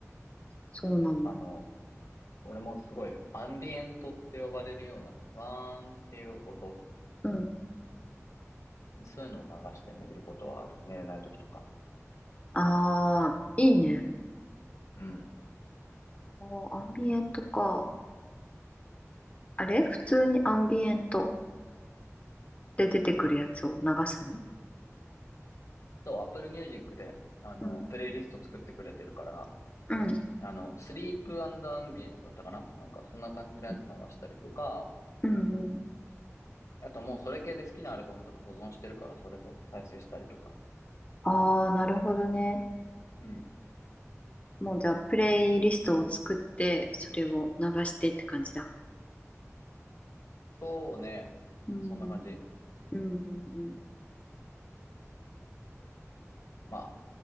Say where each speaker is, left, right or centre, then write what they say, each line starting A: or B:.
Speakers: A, on the left (about 25°); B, on the left (about 80°).
A: そうなの。
B: あの、俺もすごいアンビエントって呼ばれるような、ふわーんっていう音、
A: うん。
B: そういうのを流して寝れることはある。寝れない時とか。
A: ああ、いいね。
B: うん。
A: おーアンビエントか。あれ普通にアンビエントで出てくるやつを流すの
B: そう、Apple Music で、あの、
A: うん。
B: プレイリスト作ってくれてるから、
A: うん。
B: あの、スリープアンビエントだったかななんか、そんな感じのやつ流したりとか、
A: うん。うん。
B: あともうそれ系で好きなアルバムとか保存してるから、それを再生したりとか。
A: ああ、なるほどね。
B: うん。
A: もうじゃあ、プレイリストを作って、それを流してって感じだ。
B: そうね。
A: うん。
B: そんな感じ。
A: うん。うん
B: ま